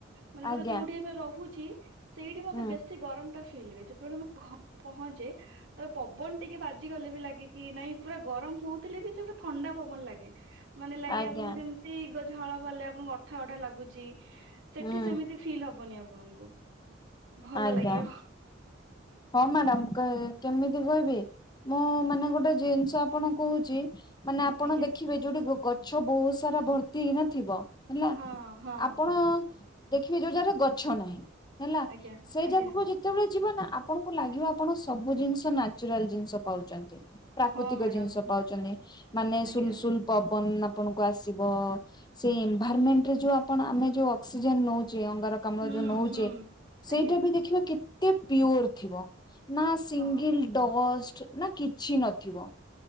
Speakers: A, on the right; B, on the left.
A: ମନେକର
B: ଆଜ୍ଞା
A: ଯୋଉଠି ଏବେ ରହୁ ଛି ସେଇଠି ମତେ
B: ହୁଁ
A: ବେଶୀ ଗରମ ଫିଲ୍ ହୁଏ। ମ ଘରେ ପହଞ୍ଚେ ତ ପବନ ଟିକେ ବାଜିଗଲେ ବି ଲାଗେ କି ନାଇଁ ପୁରା ଗରମ ହଉଥିଲେ ବି ସେ ଗୋଟେ ଥଣ୍ଡା ପବନ ଲାଗେ। ମାନେ ଲାଗେ
B: ଆଜ୍ଞା
A: ଆପଣଙ୍କୁ ଯେମିତି ଝାଳ ବାହାରିଲେ ଆପଣଙ୍କୁ ଅଠା ଅଠା ଲାଗୁଛି। ସେଠି
B: ହୁଁ
A: ସେମିତି ଫିଲ୍ ହବନି ଆପଣଙ୍କୁ ଭଲ
B: ଆଜ୍ଞା।
A: ଲାଗିବ।
B: ହଁ ମ୍ୟାଡାମ କେମିତି କହିବି ମୁଁ ମାନେ ଗୋଟେ ଜିନିଷ ଆପଣ କହୁଛି ମାନେ ଆପଣ
A: ଆଜ୍ଞା
B: ଦେଖିବେ ଯୋଉଠି ଛୁ ବହୁତ ସାରା ଭର୍ତ୍ତି ହେଇନଥିବ ହେଲା
A: ହଁ ହଁ
B: ଆପଣ ଦେଖିବେ ଯୋଉ ଯାଗାରେ ଗଛ ନାହିଁ। ହେଲା
A: ଆଜ୍ଞା
B: ସେଇ
A: ଆଜ୍ଞା
B: ଜାଗାକୁ ଯେତେବେଳେ ଯିବ ନା ଆପଣଙ୍କୁ ଲାଗିବ ଆପଣ ସବୁ ଜିନିଷ ନାଚୁରାଲ ଜିନିଷ ପାଉଛନ୍ତି। ପ୍ରାକୃତିକ
A: ହଁ ମ୍ୟାଡାମ
B: ଜିନିଷ ପାଉଛନ୍ତି ମାନେ
A: ଆଜ୍ଞା
B: ସୁଲସୁଲ ପବନ ଆପଣ ଙ୍କୁ ଆସିବ ସେଇ ଏନଭରମେଣ୍ଟ ରେ ଯଉ ଆପଣ ଆମେ ଯଉ ଅକ୍ସିଜେନ ନଉ ଅଙ୍ଗାର କାମ୍ଳ
A: ହୁଁ
B: ଯୋଉ ନଉଛେ
A: ହୁଁ
B: ସେଇଟା
A: ଆଜ୍ଞା
B: ବି ଦେଖିବା କେ ପିର ଥିବ। ନା ସିଙ୍ଗଲ
A: ହଁ
B: ଡସ୍ ନା କିଛି ନଥିବ।